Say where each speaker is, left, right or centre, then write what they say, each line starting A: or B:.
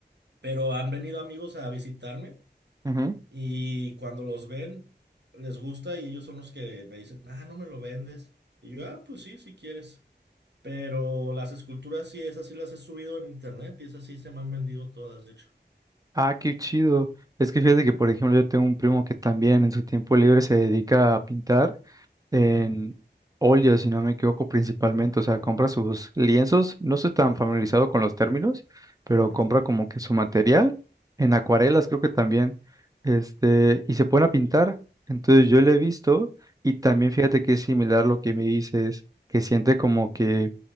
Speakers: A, on the right; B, on the right.
A: Pero han venido amigos a visitarme
B: ujú.
A: y cuando los ven, les gusta y ellos son los que me dicen, ah, no me lo vendes. Y yo, ah, pues sí, si quieres. Pero las esculturas sí, esas sí las he subido en internet y esas sí se me han vendido todas, de hecho.
B: Ah, qué chido. Es que fíjate que,
A: Ajá,
B: por ejemplo, yo tengo un primo que también en su tiempo libre se dedica a pintar en
A: ajá,
B: óleo, si no me equivoco, principalmente.
A: ajá,
B: O sea, compra sus lienzos. No estoy tan
A: ajá,
B: familiarizado con los términos, pero
A: ajá,
B: compra como que su material en acuarelas, creo que también. Este, y se pone a pintar. Entonces yo lo he visto y también
A: ajá.
B: fíjate que es similar lo que me dices, que siente como que